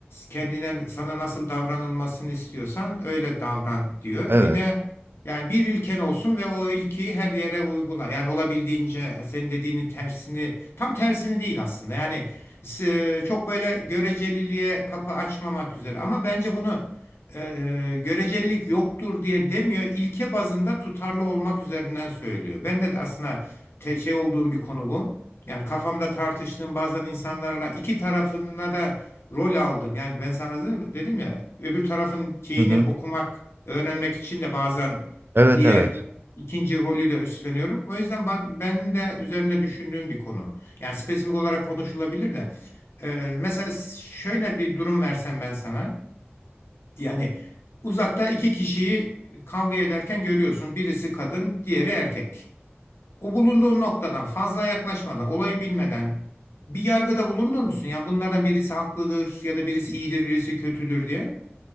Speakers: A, on the left (about 70°); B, on the right (about 55°).
A: kendine sana nasıl davranılmasını istiyorsan öyle davran diyor.
B: Evet.
A: Bir de yani bir ilken olsun ve o ilkiyi her yere uygula. Yani olabildiğince senin dediğini tersini tam tersini değil aslında. Yani s- çok böyle göreceliliğe kapı açmamak üzere ama bence bunu e, görecelilik yoktur diye demiyor. İlke bazında tutarlı olmak üzerinden söylüyor. Ben de aslında te- şey olduğum bir konu bu. Yani kafamda tartıştığım bazen insanlarla iki tarafına da rol aldım. Yani ben sana dedim, dedim ya öbür tarafın şeyini
B: Hı hı.
A: okumak, öğrenmek için de bazen
B: Evet
A: diğer
B: evet.
A: ikinci rolü de üstleniyorum. O yüzden ben, benim de üzerine düşündüğüm bir konu. Yani spesifik olarak konuşulabilir de. E, mesela şöyle bir durum versem ben sana. Yani uzakta iki kişiyi kavga ederken görüyorsun. Birisi kadın, diğeri erkek. O bulunduğun noktadan fazla yaklaşmadan, olayı bilmeden bir yargıda bulunur musun? Ya bunlardan birisi haklıdır ya da birisi iyidir, birisi kötüdür diye.